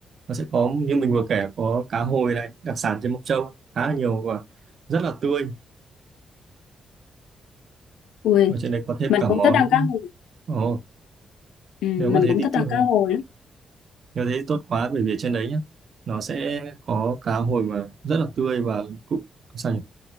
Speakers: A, on the right; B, on the left.
A: nó sẽ có như mình vừa kể có cá hồi này đặc sản trên Mộc Châu khá là nhiều và rất là tươi
B: ui
A: ở trên đấy có thêm
B: mình
A: cả
B: cũng
A: món
B: thích ăn cá hồi
A: ồ
B: ừ, mình
A: nếu mà thế
B: cũng
A: thì
B: thích ăn
A: tu-
B: cá hồi lắm
A: nếu thế thì tốt quá bởi vì trên đấy nhá nó sẽ có cá hồi mà rất là tươi và cũng sao nhỉ